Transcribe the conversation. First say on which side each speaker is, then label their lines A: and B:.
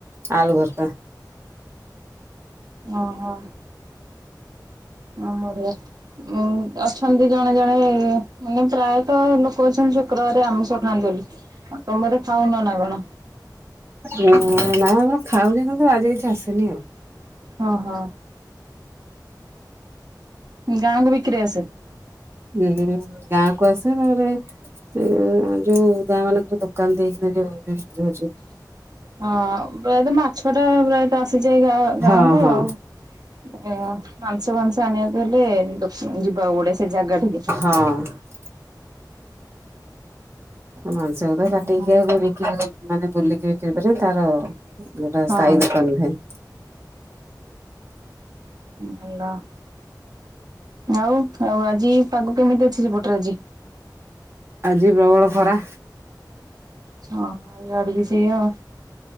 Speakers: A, on the right (about 35°); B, on the right (about 60°).
A: ଆଳୁ ଭରତା।
B: ଅହଃ। ଅଁ ବଢିଆ, ଉଁ ଅଛନ୍ତି ଜଣେ ଜଣେ ମାନେ ପ୍ରାୟତଃ ଲୋକ ଅଛନ୍ତି ଶୁକ୍ରବାରେ ଆମିଷ ଖାଆନ୍ତିନି। ତମେ ବୋଧେ ଖାଉନ ନା କଣ?
A: ନା ନାଇ ଆମର ଖାଉ ଯେ, କିନ୍ତୁ ଆଜି କିଛି ଆସିନି ଆଉ।
B: ହଁ ହଁ। ଗାଁକୁ ବିକ୍ରି ଆସେ?
A: ହୁଁ ଗାଁ କୁ ଆସେ, ତାପରେ ଉଁ ଯୋଉ ଗାଁ ମାନଙ୍କରେ ଦୋକ ଦୋକାନ ଦେଇଥିଲେ ଯଉ ଏବେ ବିକ୍ରି ହଉଛି।
B: ହଁ ପ୍ରାୟତଃ ମାଛଟା ପ୍ରାୟତଃ ଆସିଯାଏ ଗାଁ ଗାଁକୁ
A: ହଁ ହଁ
B: ଆଉ ଏଁ ମାଂସ ଫାଂସ ଆଣିବାକୁ ହେଲେ ଦୋକ ଯିବାକୁ ପଡିବ ସେ ଜାଗାଠିକି
A: ହଁ। ମାଂସକୁ ତ କାଟିକି
B: ଓହୋ
A: ଆଗ ବିକି ମାନେ ବୁଲିକି ବିକ୍ରି କରିବେ ତାର ଏଟା
B: ହଁ
A: ସାଇ ଦୋକାନୀ ଭାଇ।
B: ଭଲ। ଆଉ -ଆଉ ଆଜି ପାଗ କେମିତି ଅଛି ସେପଟରେ ଆଜି?
A: ଆଜି ପ୍ରବଳ ଖରା।
B: ଅହଃ, ଇଆଡେ ବି ସେଇଆ।